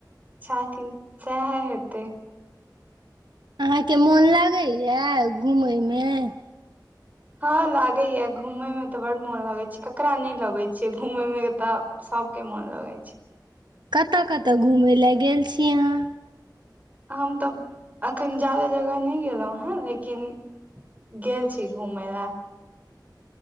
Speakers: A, on the right (about 20°); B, on the right (about 75°).
A: छथिन सेएह हेतै
B: अहाँके मोन लागैया घुमयमें
A: हँ लागैय ये घूमय में त बड मोन लगैत छै ककरा नहि लगैत छै घूमय में त सबके मोन लगै छै
B: कतऽ कतऽ घूमय लेऽ गेल छी अहाँ
A: हम तऽ एखन ज्यादा जगह नहि गेलहुँ हैं लेकिन गेल छी घुमय लए